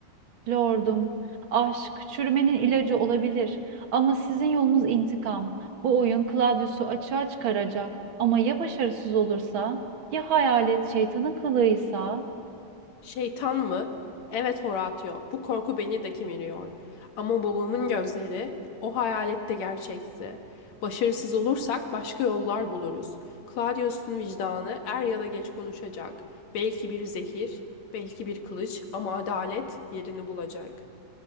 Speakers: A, on the right; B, on the left.
A: Lordum, aşk çürümenin ilacı olabilir ama sizin yolunuz intikam. Bu oyun Claudius'u açığa çıkaracak ama ya başarısız olursa? Ya hayalet şeytanın kılığıysa?
B: Şeytan mı? Evet Horatio, bu korku beni de kemiriyor. Ama babamın gözleri o hayalette gerçekti. Başarısız olursak başka yollar buluruz. Claudius'un vicdanı er ya da geç konuşacak. Belki bir zehir, belki bir kılıç ama adalet yerini bulacak.